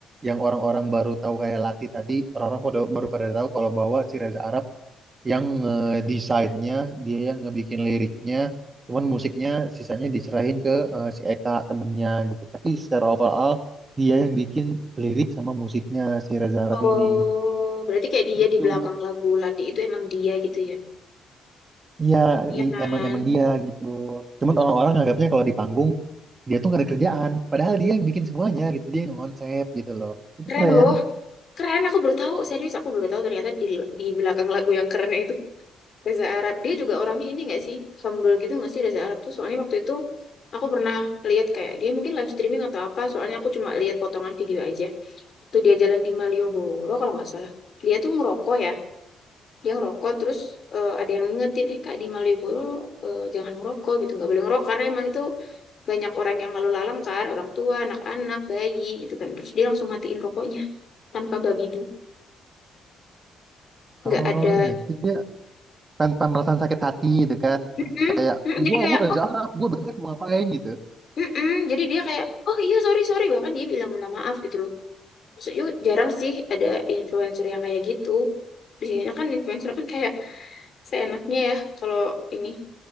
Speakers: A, on the right (about 30°); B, on the left (about 50°).
A: yang orang-orang baru tahu kayak Lati tadi, orang-orang pada- baru pada tahu kalau bawa si Reza Arab yang eh, desainnya dia yang ngebikin liriknya, cuman musiknya sisanya diserahin ke eh, si Eka temennya gitu. Tapi secara overall dia yang bikin lirik sama musiknya si Reza Arab
B: oh
A: ini.
B: berarti kayak dia
A: Gitu.
B: di belakang lagu Lati itu emang dia gitu ya
A: Iya,
B: Iya
A: i-
B: kan
A: emang emang dia gitu. Cuman orang-orang nganggapnya kalau di panggung dia tuh gak ada kerjaan, padahal dia yang bikin semuanya gitu, dia yang konsep gitu loh. Itu
B: keren
A: keren.
B: loh keren aku baru tahu serius aku baru tahu ternyata di di belakang lagu yang keren itu Reza Arab dia juga orangnya ini nggak sih humble gitu nggak sih Reza Arab tuh soalnya waktu itu aku pernah lihat kayak dia mungkin live streaming atau apa soalnya aku cuma lihat potongan video aja waktu dia jalan di Malioboro kalau nggak salah dia tuh ngerokok ya dia ngerokok terus eh, ada yang ngingetin eh kak di Malioboro eh, jangan ngerokok gitu nggak boleh ngerokok karena emang itu banyak orang yang lalu lalang kan orang tua anak-anak bayi gitu kan terus dia langsung matiin rokoknya tanpa babidu nggak
A: Oh
B: ada
A: gitu dia tanpa merasa sakit hati gitu kan.
B: "Mm-mm,
A: Kayak
B: mm-mm." jadi
A: gua
B: kayak
A: gua Reza
B: oh
A: Arab, gua bebas mau ngapain gitu.
B: mm-mm." jadi dia kayak oh iya sorry sorry bahkan dia bilang minta maaf gitu loh maksudnya jarang sih ada influencer yang kayak gitu biasanya kan influencer kan kayak seenaknya ya kalau ini